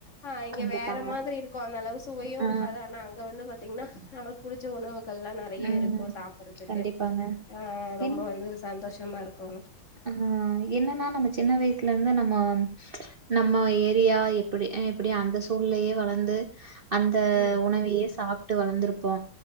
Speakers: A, on the left; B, on the right.
A: அ இங்க
B: கண்டிப்பாங்க.
A: வேற மாதிரி இருக்கோ அந்த அளவு சுவையோ
B: ஆ
A: இருக்காது ஆனா அங்க வந்து பாத்தீங்ன்னா நம் புடிச்ச உணவுகள்லா நெறைய
B: ம்
A: இருக்கோ சாப்றத்துக்கு
B: கண்டிப்பாங்க.
A: அ ரொம்ப
B: என்
A: வந்து சந்தோஷமா இருக் கோ
B: ஆ என்னனா நம்ம சின்ன வயசுல இருந்து நம்ம நம்ம ஏரியா எப்டி எப்டி அந்த சூழ்லயே வளந்து அந்த
A: ம்
B: உணவையே சாப்ட்டு வளந்திருப்போ